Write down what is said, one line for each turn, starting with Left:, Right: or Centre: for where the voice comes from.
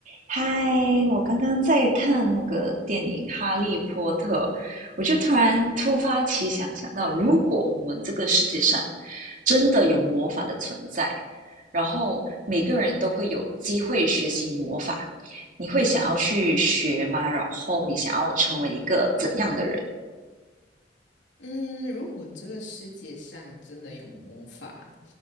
Right: 嗨，我刚刚在看那个电影《哈利波特》，我就突然突发奇想，想到如果我们这个世界上真的有魔法的存在，然后每个人都会有机会学习魔法，你会想要去学吗？然后你想要成为一个怎样的人？
Left: 嗯，如果这个世界上真的有魔法，